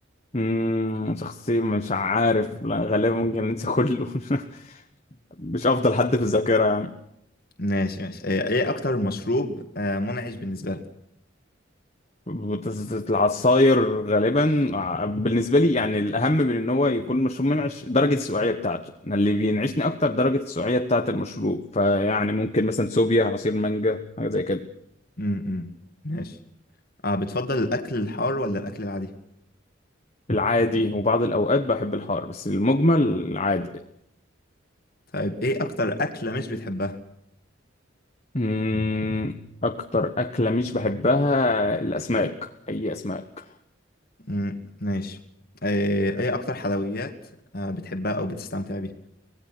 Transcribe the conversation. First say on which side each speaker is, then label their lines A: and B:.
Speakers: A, on the left (about 35°); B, on the left (about 50°).
A: مم، شخصي مش عارف لا غالبا ممكن انسى كله <laughs> مش افضل حد في الذاكرة يعني
B: ماشي ماشي آه، إيه أكتر مشروب آه منعش بالنسبة لك
A: بتز- العصاير غالبا ع- بالنسبه لي يعني الاهم من ان هو يكون مشروب منعش درجه السقوعيه بتاعته أنا اللي بينعشني اكتر درجه السقوعيه بتاعه المشروب فيعني ممكن مثلا سوبيا عصير مانجا حاجه زي كده
B: مم، مم. ماشي آه بتفضل الأكل الحار ولا الأكل العادي
A: العادي وبعض الاوقات بحب الحار بس المجمل العادي
B: طيب إيه أكتر أكلة مش بتحبها
A: أمم، اكتر اكله مش بحبها الاسماك اي اسماك
B: مم، ماشي آه، إيه أكتر حلويات آه بتحبها أو بتستمتع بيها